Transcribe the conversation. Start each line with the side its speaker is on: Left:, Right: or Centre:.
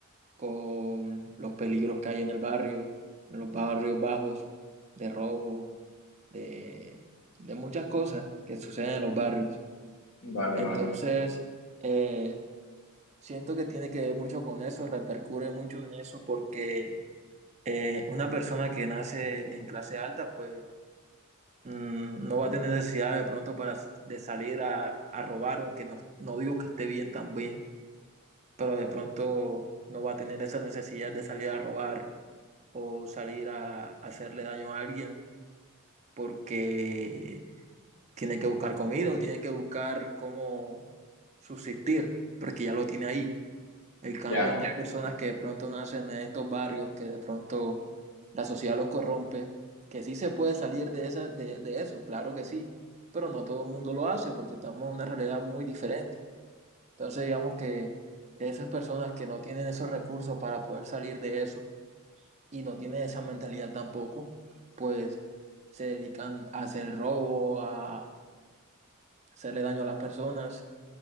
Right: con los peligros que hay en el barrio, en los barrios bajos, de robo, de, de muchas cosas que suceden en los barrios.
Left: vale,
Right: Entonces,
Left: vale.
Right: eh, siento que tiene que ver mucho con eso, repercute mucho en eso, porque eh, una persona que nace en clase alta, pues mm, no va a tener necesidad de pronto para, de salir a, a robar, aunque no, no digo que esté bien también, pero de pronto no va a tener esa necesidad de salir a robar o salir a, a hacerle daño a alguien porque tiene que buscar comida o tiene que buscar cómo subsistir, porque ya lo tiene ahí. El cambio,
Left: Ya,
Right: estas personas que de pronto nacen en estos barrios, que de pronto la sociedad los corrompe, que sí se puede salir de, esa, de, de eso, claro que sí, pero no todo el mundo lo hace porque estamos en una realidad muy diferente. Entonces digamos que esas personas que no tienen esos recursos para poder salir de eso, y no tienen esa mentalidad tampoco, pues se dedican a hacer robo, a hacerle daño a las personas